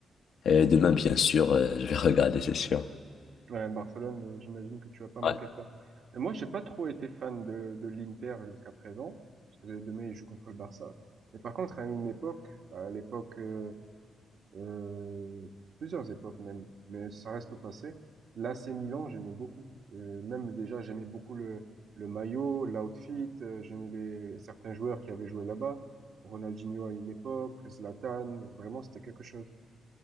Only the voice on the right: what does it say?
Ouais, Barcelone, euh, j'imagine que tu vas pas manquer
ça. Et moi, j'ai pas trop été fan de, de l'Inter jusqu'à présent, parce que demain, ils jouent contre le Barça. Mais par contre, à une époque, à l'époque, euh, euh, plusieurs époques même, mais ça reste au passé, l'AC Milan, j'aimais beaucoup. Euh, même déjà, j'aimais beaucoup le, le maillot, l'outfit, euh, j'aimais les, certains joueurs qui avaient joué là-bas. Ronaldinho à une époque, Zlatan, vraiment, c'était quelque chose.